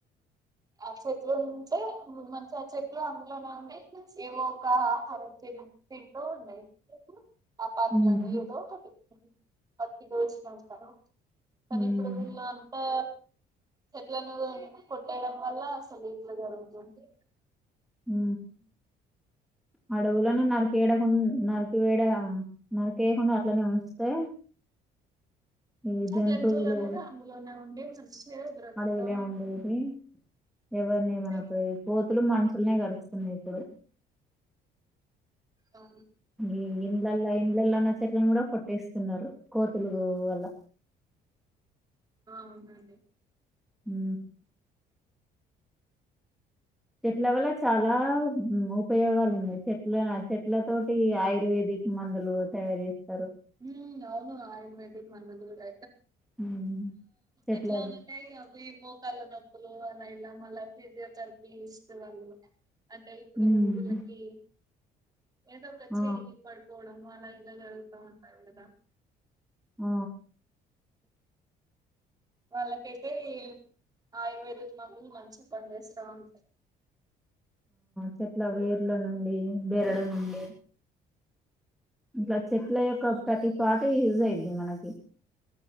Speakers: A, on the right; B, in the centre.
A: ఆ చెట్లు ఉంటే మంచి ఆ చెట్లు అందులోనే ఉండి ఏవో ఒక ఆహారం తింటూ ఉంటాయి నా ఫార్ములా
B: ఉమ్
A: అని ఏదో ఒకటి వారికి తోచినంత మరి
B: ఉమ్
A: ఇప్పుడు వీళ్ళు అంతా చెట్లను చేయడం వల్ల అసలు ఇట్లా జరుగుతుంది
B: ఉ అడవులోలను నరికేడకు నరికి వేడ నరకి వేయకుండా అట్లనే ఉంచుతే ఈ
A: ఆ
B: జంతువులు
A: అనేది అందులోనే ఉండి మంచిగా బ్రతుకుతా
B: అడవిలో ఉండేది ఎవరిని
A: ఉంటాయి
B: ఏమన పోవు మన కోతులు మనుషులనే కరు స్తున్నాయి ఇప్పుడు
A: ఆ
B: ఈ ఇంలల్ల ఇంలల్లా నా చెట్లన్ గూడా కొ పెట్టేస్తున్నారు కోతులు వల్ల
A: అవునా అండి
B: ఉ చెట్ల వల్ల చాలా ఉపయోగాలు ఉన్నాయి చెట్ల చెట్ల తోటి ఆయుర్వేదిక్ మందులు తయారు చేస్తారు
A: ఉ అవును ఆయుర్వేదిక్ మందులు కూడా
B: హ్మ్. చెట్ల
A: ఎట్లా అని అంటే ఈ మోకాళ్ళ నొప్పులు ఫిజియోథెరపీ ఇస్తే వాళ్ళు అంటే ఇప్పుడు
B: హ్మ్.
A: వీళ్ళకి ఏదో ఒక
B: ఆ!
A: చెయ్యి పడుకోవడం అలా ఇలాగలుగుతా ఉంటారు కదా
B: ఆ
A: వాళ్ళకైతే ఈ ఆయుర్వేదిక్ మందులు మంచిగా పనిచేసిన టాన్
B: చెట్లా వేర్ల నుండీ, బెరడు నుండి. ఇట్లా చెట్ల యొక్క ప్రతి పాట్ యూజ్ అయిద్ది మనకి.